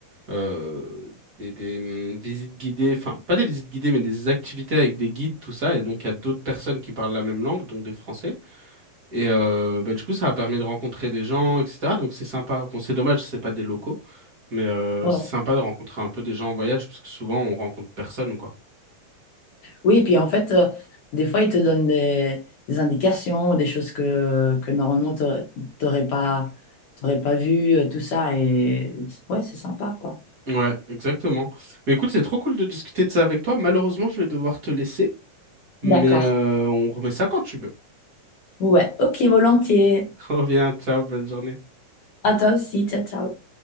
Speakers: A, on the right; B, on the left.
A: euh, des, des, hum, visites guidées. Enfin, pas des visites guidées, mais des activités avec des guides, tout ça. Et donc, il y a d'autres personnes qui parlent la même langue, donc des Français. Et euh, bah, du coup, ça a permis de rencontrer des gens, etc. Donc c'est sympa. Bon, c'est dommage, c'est pas des locaux, mais euh,
B: Ouais.
A: c'est sympa de rencontrer un peu des gens en voyage, parce que souvent on rencontre personne, quoi.
B: Oui, puis en fait, euh, des fois, ils te donnent des, des indications, des choses que, que normalement, tu n'aurais pas, t'aurais pas vu, euh, tout ça. Et ouais, c'est sympa, quoi.
A: Ouais, exactement. Mais écoute, c'est trop cool de discuter de ça avec toi. Malheureusement, je vais devoir te laisser, mais
B: D'accord.
A: euh, on remet ça quand tu veux.
B: Ouais, ok, volontiers.
A: <laughs> Reviens, ciao, bonne journée.
B: À toi aussi, ciao, ciao.